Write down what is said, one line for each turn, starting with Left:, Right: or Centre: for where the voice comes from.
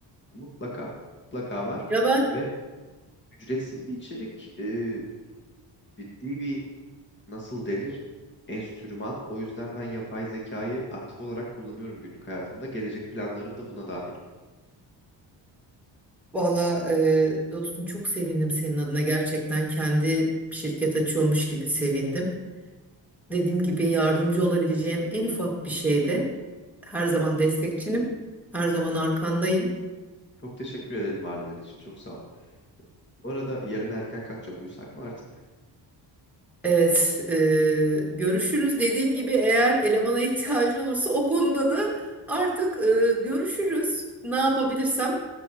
Left: Mutlaka. Mutlaka var.
Centre: Ya ben
Left: Ve Ücretsiz bir içerik, e, ciddi bir nasıl denir? Enstrüman. O yüzden ben yapay zekayı aktif olarak kullanıyorum günlük hayatımda. Gelecek planlarım da buna dahil.
Centre: valla e, dostum çok sevindim senin adına. Gerçekten kendi şirket açıyormuş gibi sevindim. Dediğim gibi yardımcı olabileceğim en ufak bir şeyde her zaman destekçinim. Her zaman arkandayım.
Left: Çok teşekkür ederim varlığın için. Çok sağ ol. Bu arada yarın erken kalkacağım. Uyusak mı artık?
Centre: Evet, eee, görüşürüz. Dediğim gibi eğer elemana ihtiyacın olursa o konuda da artık eee, görüşürüz. Ne yapabilirsem